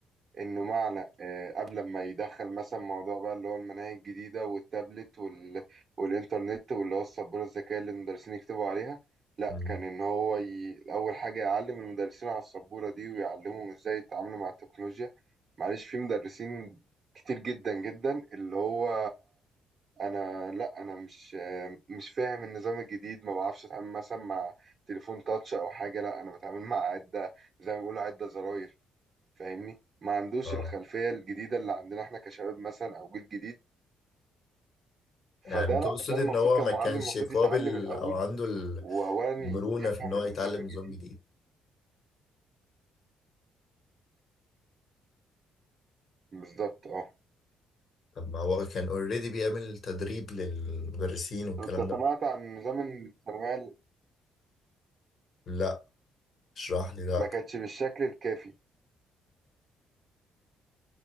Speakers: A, on the right; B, on the left.
A: انه معنى آه، قبل ما يدخل مثلا موضوع بقى اللي هو المناهج الجديده والتابلت وال... والانترنت واللي هو السبوره الذكيه اللي المدرسين يكتبوا عليها لا
B: مم.
A: كان ان هو ي... اول حاجه يعلم المدرسين على السبوره دي ويعلمهم ازاي يتعاملوا مع التكنولوجيا معلش في مدرسين كتير جدا جدا اللي هو انا لا انا مش آه، مش فاهم النظام الجديد ما بعرفش اتعامل مثلا مع تليفون تاتش او حاجه لا انا بتعامل مع عده زي ما بيقولوا عده زراير فاهمني ما عندوش
B: اه
A: الخلفية الجديدة اللي عندنا احنا كشباب مثلا او جيل جديد
B: يعني
A: فده
B: تقصد
A: لا ده المفروض
B: ان هو
A: كمعلم
B: ما كانش
A: المفروض
B: قابل
A: يتعلم الاول
B: او عنده ال-
A: واولا
B: المرونة
A: ي- يفهم
B: في ان هو يتعلم
A: النظام الجديد
B: نظام جديد
A: بالظبط اه
B: طب ما هو كان اوريدي بيعمل تدريب للمدرسين والكلام
A: انت سمعت
B: ده
A: عن نظام الثانوية ال-
B: لا اشرح لي ده
A: ما
B: اكتر
A: كانش بالشكل الكافي